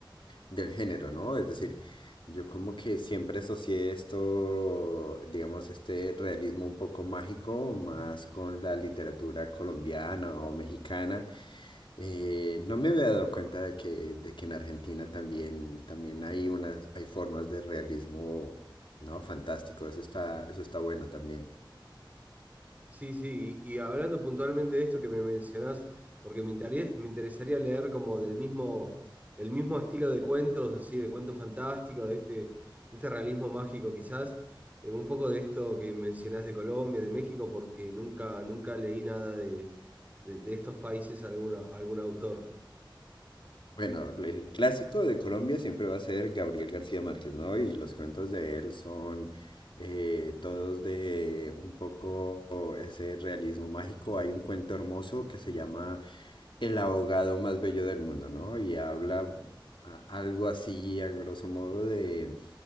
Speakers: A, on the left; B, on the right.
A: del género, ¿no? Es decir, yo como que siempre asocié esto, digamos, este realismo un poco mágico, más con la literatura colombiana o mexicana. Eh, no me había dado cuenta de que, de que en Argentina también, también hay unas, hay formas de realismo, ¿no? Fantástico, eso está, eso está bueno también.
B: Sí, sí, y, y hablando puntualmente de esto que me mencionás, porque me interi- me interesaría leer como del mismo, del mismo estilo de cuentos, así, de cuento fantástico, de este, de este realismo mágico quizás, eh, un poco de esto que mencionás de Colombia, de México, porque nunca, nunca leí nada de, de, de estos países, alguna, algún autor.
A: Bueno, el clásico de Colombia siempre va a ser Gabriel García Márquez, ¿no? Y los cuentos de él son eh, todos de un poco ese realismo mágico. Hay un cuento hermoso que se llama El ahogado más bello del mundo, ¿no? Y habla a- algo así, a grosso modo, de,